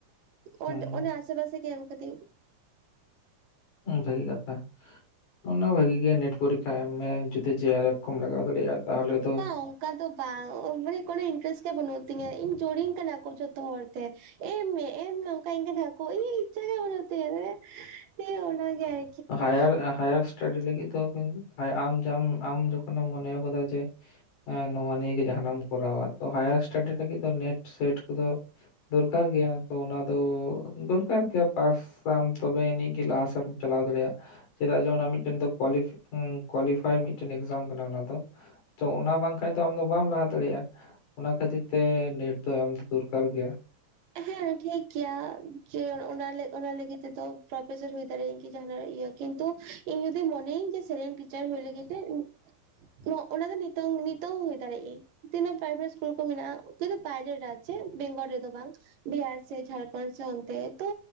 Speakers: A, on the left; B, on the right.
A: ᱦᱩᱸ
B: ᱚᱱᱴ ᱚᱸᱰᱮ ᱟᱥᱮ ᱯᱟᱥᱮ ᱜᱮ ᱮᱢ ᱠᱟᱹᱫᱤᱧ
A: ᱵᱷᱟᱹᱜᱮ ᱠᱟᱛᱷᱟ ᱚᱱᱟ ᱵᱷᱟᱹᱜᱮ ᱜᱮᱭᱟ ᱱᱮᱴ ᱯᱚᱨᱤᱠᱷᱟ ᱮᱢ ᱢᱮ ᱡᱩᱫᱤ ᱡᱮᱟᱨᱯ ᱠᱚᱢ ᱞᱟᱜᱟᱣ ᱫᱟᱲᱮᱭᱟᱜᱼᱟ ᱛᱟᱦᱚᱞᱮ ᱛᱚ
B: ᱵᱟᱝ ᱚᱱᱠᱟ ᱫᱚ ᱵᱟᱝ ᱢᱟᱱᱮ ᱠᱳᱱᱳ ᱤᱱᱴᱟᱨᱮᱥᱴ ᱜᱮ ᱵᱟᱹᱱᱩᱜ ᱛᱤᱧᱟᱹ ᱤᱧ ᱡᱳᱨ ᱤᱧ ᱠᱟᱱᱟ ᱠᱚ ᱡᱷᱚᱛᱚ ᱦᱚᱲ ᱛᱮ ᱮᱢ ᱢᱮ ‌ᱮᱢ ᱢᱮ ᱚᱝᱠᱟᱹᱧ ᱠᱟᱱᱟ ᱠᱚ ᱤᱧ ᱟᱜ ᱤᱪᱷᱟ ᱜᱮ ᱵᱟᱹᱱᱩᱜ ᱛᱤᱧᱟ ᱚᱱᱟ ᱜᱮ ᱟᱨ
A: ᱦᱟᱭᱟᱨ ᱦᱟᱭᱟᱨ ᱥᱴᱟᱰᱤ ᱞᱟᱹᱜᱤᱫ ᱫᱚ ᱠᱤᱱᱛᱩ ᱟᱢ ᱡᱟᱢ ᱟᱢ ᱡᱚᱠᱷᱚᱱᱮᱢ ᱢᱚᱱᱮ ᱠᱟᱫᱟ ᱡᱮ ᱮ ᱱᱚᱣᱟ ᱱᱤᱭᱮ ᱜᱮ ᱡᱟᱦᱟᱸᱟᱱᱟᱜ ᱮᱢ ᱠᱚᱨᱟᱣᱟ ᱛᱚ ᱦᱟᱭᱟᱨ ᱮᱴᱟᱰᱤ ᱞᱟᱹᱜᱤᱫ ᱫᱚ ᱱᱮᱴ ᱥᱮᱴ ᱠᱚᱫᱚ ᱫᱚᱨᱠᱟᱨ ᱜᱮᱭᱟ ᱛᱚ ᱚᱱᱟ ᱫᱚ ᱫᱚᱨᱠᱟᱨ ᱜᱮᱭᱟ ᱯᱟᱥᱟᱢ ᱛᱚᱵᱮ ᱟᱹᱱᱤᱡ ᱜᱮ ᱞᱟᱦᱟᱥᱮᱢ ᱪᱟᱞᱟᱣ ᱫᱟᱲᱮᱭᱟᱜᱼᱟ᱾ ᱪᱮᱫᱟᱜ ᱡᱮ ᱚᱱᱟ ᱢᱤᱫᱴᱮᱱ ᱫᱚ ᱠᱳᱞᱤᱯᱤ ᱠᱳᱣᱟᱞᱤᱯᱷᱟᱭ ᱢᱤᱫᱴᱮᱱ ᱮᱠᱡᱟᱢ ᱠᱟᱱᱟ ᱚᱱᱟ ᱫᱚ᱾ ᱛᱚ ᱚᱱᱟ ᱵᱟᱝ ᱠᱷᱟᱱ ᱫᱚ ᱟᱢᱫᱚ ᱵᱟᱢ ᱞᱟᱦᱟ ᱫᱟᱲᱮᱭᱟᱜᱼᱟ᱾ ᱚᱱᱟ ᱠᱷᱟᱹᱛᱤᱨ ᱛᱮ ᱱᱮᱴ ᱫᱚ ᱮᱢ ᱫᱚ ᱫᱚᱨᱠᱟᱨ ᱜᱮ
B: ᱦᱮᱸ ᱴᱷᱤᱠ ᱜᱮᱭᱟ ᱡᱮ ᱚᱱᱟ ᱚᱱᱟ ᱞᱟᱹᱜᱤᱫ ᱛᱮᱫᱚ ᱯᱨᱚᱯᱷᱮᱥᱚᱨ ᱦᱩᱭ ᱫᱟᱲᱮᱭᱟᱜᱼᱟ ᱠᱤ ᱡᱟᱦᱱᱟᱜ ᱤᱭᱟᱹ ᱠᱤᱱᱛᱩ ᱤᱧ ᱡᱩᱫᱤ ᱢᱚᱱᱮᱭᱮᱧ ᱡᱮ ᱥᱮᱨᱮᱧ ᱴᱤᱪᱟᱨ ᱦᱩᱭ ᱞᱟᱹᱜᱤᱫ ᱛᱮ ᱚᱱᱟ ᱫᱚ ᱱᱤᱛᱚᱝ ᱱᱤᱛᱚᱝ ᱦᱚᱸ ᱦᱩᱭ ᱫᱟᱲᱮᱭᱟᱜ ᱤᱧ᱾ ᱛᱤᱱᱟᱹᱜ ᱯᱨᱟᱭᱵᱷᱮᱴ ᱤᱥᱠᱩᱞ ᱠᱚ ᱢᱮᱱᱟᱜᱼᱟ ᱠᱤᱛᱩ ᱯᱟᱭᱨᱮ ᱨᱟᱡᱽᱡᱮ ᱵᱮᱝᱜᱚᱞ ᱨᱮᱫᱚ ᱵᱟᱝ᱾ ᱵᱤᱦᱟᱨ ᱥᱮ ᱡᱷᱟᱲᱠᱷᱚᱱᱰ ᱥᱮ ᱚᱱᱛᱮ ᱛᱚ